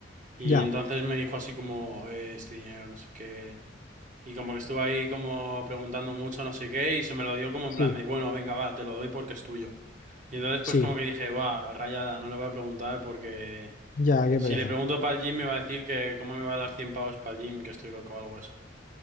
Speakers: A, on the right; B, on the left.
A: Y
B: ya,
A: entonces me dijo así como, eh, este dinero, no sé qué. Y como que estuve ahí como preguntando mucho, no sé qué, y se me lo dio como
B: sí,
A: en plan de, bueno, venga, va, te lo doy porque es tuyo. Y entonces
B: sí,
A: pues como que dije, va, rayada, no le voy a preguntar porque
B: ya, qué
A: si
B: pereza.
A: le pregunto para el gym me va a decir que cómo me va a dar 100 pavos para el gym, que estoy loco o algo eso.